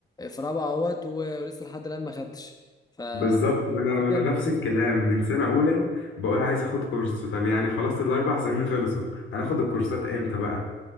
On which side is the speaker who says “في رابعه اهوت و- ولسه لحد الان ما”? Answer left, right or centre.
Left